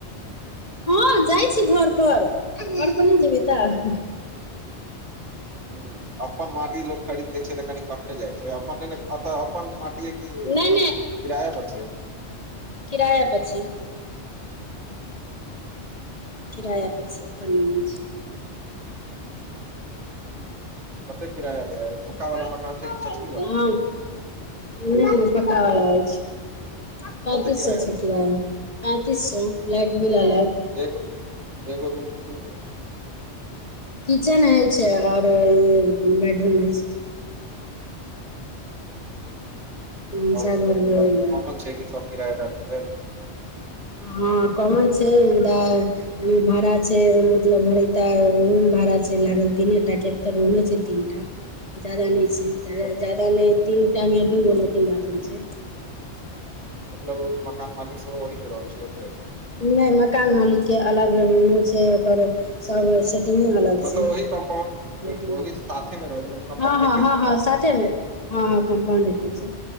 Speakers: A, on the left; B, on the right.
A: हँ जाइ छी घर पर घर पर नहि जेबै तऽ
B: नहि अपन माटी लोक खरीद लै छै तऽ कनि कममे जाइ छै अपन अपन मटिय ऐय कि
A: नहि
B: किराय पर छै
A: किराय पर छी किराय पर छी अपन नहि अछि
B: कते किराया लेय यऽ पक्का
A: हँ
B: वला मकान छै कि चचरी वाला
A: नहि पका वालला अछि पैंतीस
B: कते
A: सो छै
B: ले
A: किराया
B: है?
A: पैंतीस सए लाइट बिल अलग
B: एगो एगो रूम की दूगे
A: किचेन अछि आओर बेडरूम अछि भनसाघर
B: आ लेटिंग
A: भेल
B: बायरूम कॉमन छै कि सब किराय आरके लेल
A: हऽ कमन छै ओ मुदा एहिमे भाड़ा छै मतलब भड़ रूम भाड़ा छै लागल तीने टा के एक त रूमे छै तीनटा ज्यदा नहि छै
B: मतलब
A: तऽ ज्यदा नहि तीनटा मे दू गो लेट्रिन बाथरूम छै
B: मतलब मकान मालिक सेहो वढ़मे रहल छै ओतय
A: नहि मकान मालिक के अलग रुमो छै ओकर सब अलग
B: मतलब
A: छै
B: ओहि
A: <unintelligible>
B: कम्पाउंड ओहि साथे मे रहै छै मतलब कम्पाउंड
A: हँ हँ
B: एके
A: हँ
B: छै
A: हँ
B: ने
A: साथे मे हँ हँ कम्पाउंड के छै